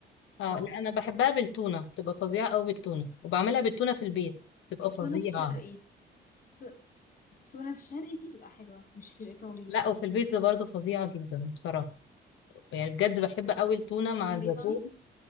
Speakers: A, on the left; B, on the left.
A: اه
B: اه
A: لا انا بحبها بالتونه بتبقى فظيعه قوي بالتونه وبعملها بالتونه في البيت بتبقى
B: التونة
A: فظيعه
B: الشرقي الت- التونة الشرقي بتبقى حلوة مش الإيطالي
A: لا وفي البيتزا برضه فظيعه جدا بصراحه يعني بجد بحب قوي التونه مع
B: الإيطالي
A: الزيتون